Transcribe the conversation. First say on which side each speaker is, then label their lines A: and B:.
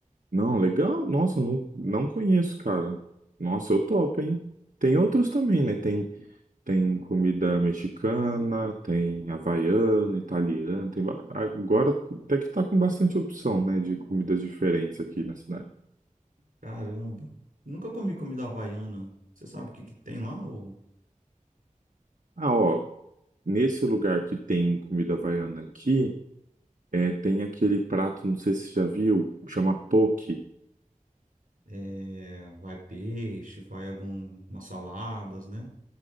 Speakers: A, on the right; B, on the right.
A: não, legal. Nossa, não, não conheço, cara. Nossa, eu topo, hein? Tem outros também, né? Tem Tem comida mexicana, tem havaiana, italiana, tem... ba- Agora até que tá com bastante opção, né, de comidas diferentes aqui na cidade.
B: Caramba. Nunca comi comida havaiana. Você sabe o que que tem lá, ou?
A: Ah, ó, nesse lugar que tem comida havaiana aqui, é, tem aquele prato, não sei se você já viu, chama poke.
B: É, vai peixe, vai algumas saladas, né?